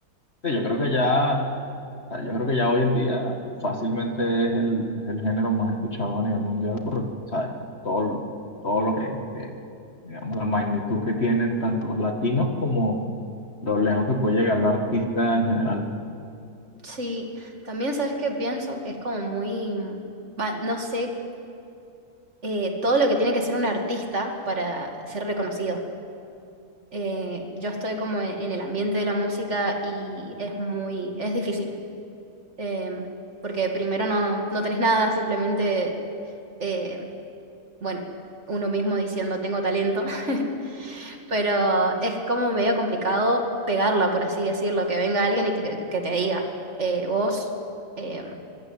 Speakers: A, on the left (about 45°); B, on the right (about 50°).
A: Sí, yo creo que ya. o sea, yo creo que ya hoy en día fácilmente es el, es el género más escuchado a nivel mundial por, ¿sabes? por todo, todo lo que, que, digamos, la magnitud que tienen tanto los latinos como lo lejos que puede llegar el artista en general.
B: Sí, también sabes que pienso que es como muy, va, no sé eh, todo lo que tiene que hacer un artista para ser reconocido. Eh, yo estoy como en, en el ambiente de la música y es muy, es difícil, em, porque primero no, no tenés nada, simplemente, eh, bueno, uno mismo diciendo tengo talento, <laughs> pero es como medio complicado pegarla, por así decirlo, que venga alguien y te- que, te diga, eh, vos em,